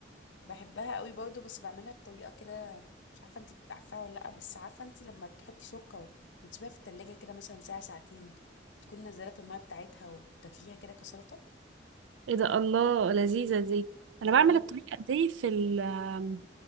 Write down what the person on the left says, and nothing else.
بحبها قوي برضه بس بعملها بطريقه كده مش عارفه انت عارفاها ولا لا بس عارفه انت لما تحطي سكر وتسيبيها في التلاجة كده مثلا ساعه ساعتين تكون نزلت الميه بتاعتها وتاكليها كده كسلطه
والله